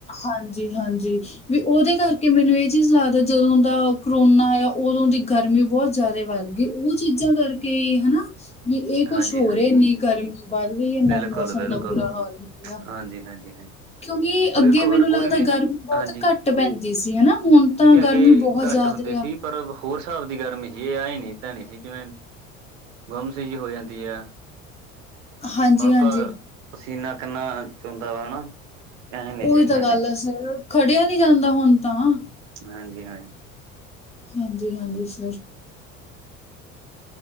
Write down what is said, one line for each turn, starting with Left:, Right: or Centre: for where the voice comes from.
Left: ਹਾਂਜੀ ਹਾਂਜੀ। ਵੀ ਓਦੇ ਕਰਕੇ ਮੈਨੂੰ ਏ ਚੀਜ਼ ਲੱਗਦਾ, ਜਦੋਂ ਦਾ ਕਰੋਨਾ ਆਇਆ ਓਦੋਂ ਦੀ ਗਰਮੀ ਬੋਤ ਜ਼ਿਆਦਾ ਵੱਧ ਗੀ, ਓ ਚੀਜ਼ਾਂ ਕਰਕੇ ਈ ਹਨਾ। ਵੀ ਏ
Right: ਹਾਂਜੀ-ਹਾਂਜੀ
Left: ਕੁਛ ਹੋ ਰਿਆ ਐਨੀ ਗਰਮੀ ਵਧ ਗਈ, ਏਨਾ
Right: ਬਿਲਕੁਲ-ਬਿਲਕੁਲ
Left: ਮੌਸਮ ਦਾ ਬੁਰਾ ਹਾਲ ਹੋ ਗਿਆ।
Right: ਹਾਂਜੀ-ਹਾਂਜੀ ਹਾਂਜੀ ਹਾਂਜੀ ਹਾਂਜੀ
Left: ਕਿਉਂਕਿ
Right: ਉਹ
Left: ਅੱਗੇ
Right: ਵੇਖੋ
Left: ਮੈਨੂੰ
Right: ਫਿਰ
Left: ਲੱਗਦਾ
Right: ਕੋਈ ਵੀ
Left: ਗਰਮੀ ਬੋਤ
Right: ਹਾਂਜੀ
Left: ਘੱ ਘੱਟ ਪੈਂਦੀ ਸੀ ਹਨਾ, ਹੁਣ ਤਾਂ
Right: ਨਹੀਂ-ਨਹੀਂ ਅੱਗੇ
Left: ਗਰਮੀ ਬੋਤ
Right: ਘੱਟ
Left: ਜ਼ਾਦਾ
Right: ਹੁੰਦੀ ਸੀ
Left: ਆ
Right: ਪਰ ਹੋਰ ਸਾਬ ਦੀ ਗਰਮੀ ਸੀ, ਈ ਆਏਂ ਨੀ ਪੈਣੀ ਸੀ ਜਿਵੇਂ ਗੁੰਮ ਸੀ ਜੀ ਹੋ ਜਾਂਦੀ ਐ।
Left: ਹਾਂਜੀ,
Right: ਮੁੜਕਾ,
Left: ਹਾਂਜੀ
Right: ਪਸੀਨਾ ਕਿੰਨਾ ਚੋਂਦਾ ਵਾ, ਹਨਾ। ਐ ਨੀ
Left: ਓਈ
Right: ਸੀ ਇਨਾ
Left: ਤਾਂ ਗੱਲ
Right: ਨੀ
Left: ਐ ਸਰ, ਖੜਿਆ ਨੀ ਜਾਂਦਾ ਹੁਣ ਤਾਂ।
Right: ਹਾਂਜੀ-ਹਾਂਜੀ।
Left: ਹਾਂਜੀ-ਹਾਂਜੀ ਸਰ।